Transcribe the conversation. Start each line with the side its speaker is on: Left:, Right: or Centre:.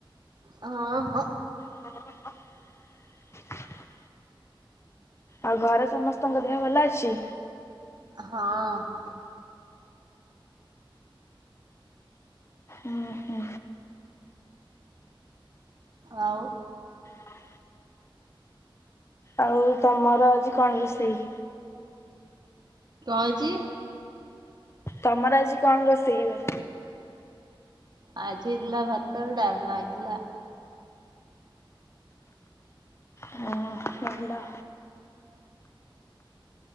Right: ହଁ ଭ
Left: ହଁ <unintelligible> ଆଉ ଘରେ ସମସ୍ତଙ୍କ ଦେହ ଭଲ ଅଛି।
Right: ହଁ।
Left: ହଁ ହୋ।
Right: ଆଉ
Left: ହଁ ଆଉ ତମର ଆଜି କଣ ରୋଷେଇ?
Right: କଁ ହେଇଚି?
Left: ତମର ଆଜି କଣ ରୋଷେଇବା?
Right: ଆଜି ହେଇଥିଲା ଭାତ ଡାଲମା ହେଇଥିଲା।
Left: ଓ ଭଲ।